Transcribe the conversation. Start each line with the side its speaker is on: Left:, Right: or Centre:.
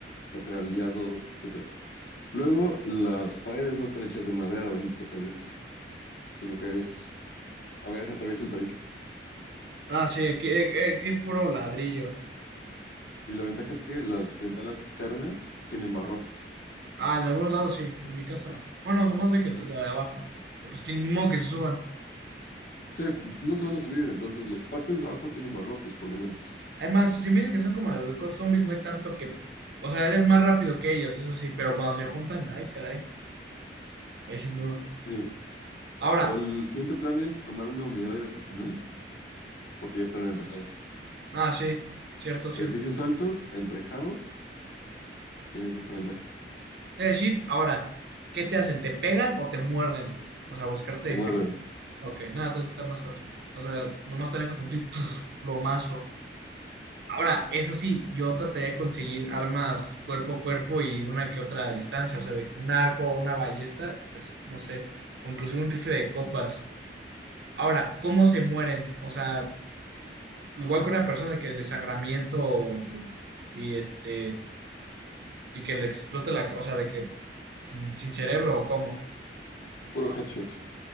Left: hacer aliados, etcétera. Luego, las paredes no están hechas de madera, bendito sea Dios, sino que es, a ver, atraviesa el tabique.
Right: Ah, sí, aquí, eh, eh, aquí es puro ladrillo.
Left: Y la ventaja es que las ventanas externas tienen barrotes.
Right: Ah, en algunos lados sí, en mi casa no. Bueno, nomás de que la de abajo. Pero pues que ni modo que se suban.
Left: Sí, no se van a subir, entonces las partes de abajo tienen barrotes, por lo menos.
Right: Además, si me dicen que son como las de COD Zombies, no hay tanto que. O sea, eres más rápido que ellos, eso sí, pero cuando se juntan, ay, caray. Ahí sí no.
Left: Sí.
Right: Ahora,
Left: O el siguiente plan es tomar una unidad habitacional, porque ya están enrejadas.
Right: ah, sí, cierto, cierto.
Left: Edificios altos, enrejados Tienes esa ventaja.
Right: Es decir, ahora, ¿qué te hacen? ¿Te pegan o te muerden? O sea, buscarte
Left: Te
Right: infección.
Left: muerden.
Right: Ok, nada, entonces está más fácil. O sea, nomás te alejas un <laughs> <tsk> plomazo. Ahora, eso sí, yo trataría de conseguir armas cuerpo a cuerpo y una que otra a distancia, o sea, de que un arco o una ballesta, pues no sé, o inclusive un rifle de copas. Ahora, ¿cómo se mueren? O sea, igual que una persona que desangramiento o- y este y que le explote la, ca- o sea, de que mm, sin cerebro o cómo.
Left: Puro headshot.